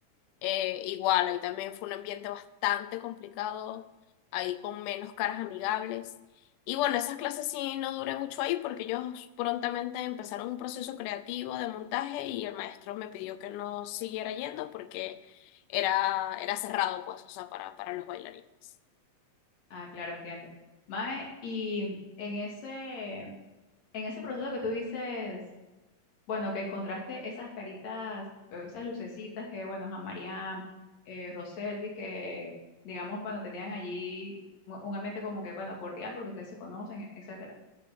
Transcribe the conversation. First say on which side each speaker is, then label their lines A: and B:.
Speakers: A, on the left; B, on the left.
A: Eh, igual, ahí también fue un ambiente bastante complicado, ahí con menos caras amigables. Y bueno, esas clases sí no duré mucho ahí porque ellos prontamente empezaron un proceso creativo de montaje y el maestro me pidió que no siguiera yendo porque era, era cerrado, pues, o sea, para, para los bailarines.
B: ah, claro, entiendo. Mae, y en ese, en ese proceso que tú dices Bueno, que encontraste esas caritas, esas lucecitas que, bueno, a Mariam, eh, Roselvi, que, digamos, bueno, tenían allí un un ambiente como que, bueno, cordial, porque ustedes se conocen, e, etcétera.